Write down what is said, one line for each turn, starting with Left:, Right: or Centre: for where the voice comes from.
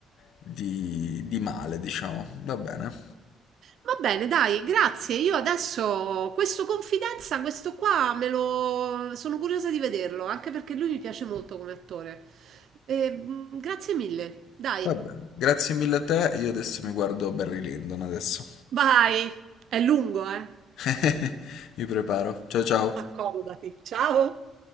Left: di, di male, diciamo. Va bene.
Right: Va bene, dai, grazie. Io adesso questo Confidenza, questo qua me lo sono curiosa di vederlo, anche perché lui mi piace molto come attore. E, mm, grazie mille. Dai,
Left: Va bene, grazie mille a te. Io adesso mi guardo Barry Lyndon adesso.
Right: vai. È lungo, eh.
Left: <laughs> Mi preparo. Ciao ciao.
Right: Accomodati. Ciao!